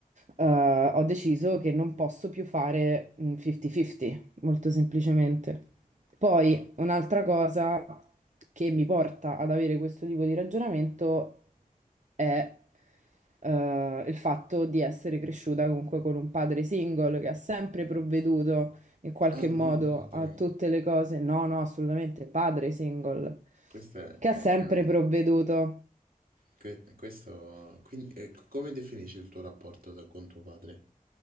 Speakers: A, on the right (about 55°); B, on the right (about 75°).
A: eh, ho deciso che non posso più fare mm, 50-50, molto semplicemente. Poi un'altra cosa che mi porta ad avere questo tipo di ragionamento è eh, il fatto di essere cresciuta comunque con un padre single che ha sempre provveduto in qualche
B: Ah no,
A: modo
B: madre,
A: a tutte le cose. No, no, assolutamente, padre single,
B: questo è,
A: che
B: è-
A: ha sempre
B: è un-
A: provveduto.
B: que- questo, quindi, eh, come definisci il tuo rapporto da, con tuo padre?